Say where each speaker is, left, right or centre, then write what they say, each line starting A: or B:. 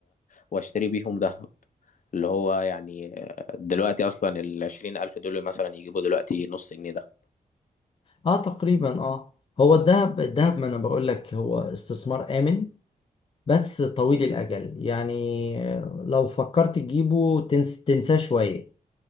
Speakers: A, on the left; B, on the left.
A: واشتري بيهم ذهب اللي هو يعني آه، دلوقتي اصلا العشرين الف دول مثلا يجيبوا دلوقتي نص جنيه ده
B: اه تقريبا اه هو الذهب الذهب ما انا بقول لك هو استثمار آمن بس طويل الأجل يعني لو فكرت تجيبه تنس تنساه شوية